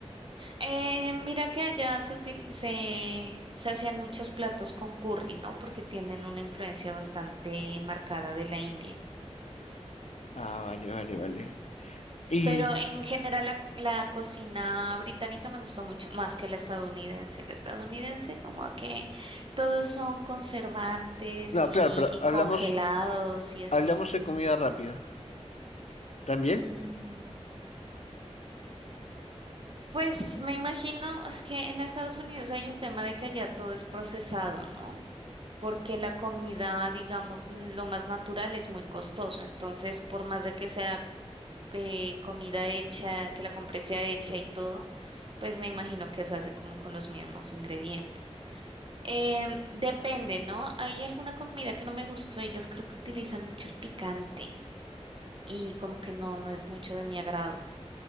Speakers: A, on the right; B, on the left.
A: Eh, mira que allá se, util- se, se hacían muchos platos con curry, ¿no? Porque tienen una influencia bastante marcada de la India.
B: Ah, vale, vale, vale. Y,
A: Pero en general la, la cocina británica me gustó mucho, más que la estadounidense. La estadounidense como que todos son conservantes
B: no,
A: y,
B: claro, pero
A: y
B: hablamos,
A: congelados y así.
B: hablamos de comida rápida. ¿También?
A: Mm, pues me imagino es que en Estados Unidos hay un tema de que allá todo es procesado, ¿no? porque la comida, digamos, n- lo más natural es muy costoso. Entonces, por más de que sea eh, comida hecha, que la compres ya hecha y todo, pues me imagino que se hace como con los mismos ingredientes. Em, depende, ¿no? Hay alguna comida que no me gustó. Ellos creo que utilizan mucho el picante y como que no, no es mucho de mi agrado.